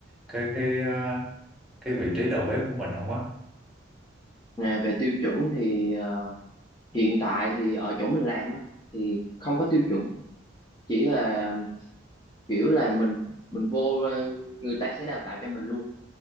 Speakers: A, in the centre; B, on the left.
A: cái cái ờ, cái vị trí đầu bếp của mình không á
B: à, về tiêu chuẩn thì ờ, hiện tại thì ở chỗ mình làm á thì không có tiêu chuẩn chỉ là kiểu là mình mình vô ờ, người ta sẽ đào tạo cho mình luôn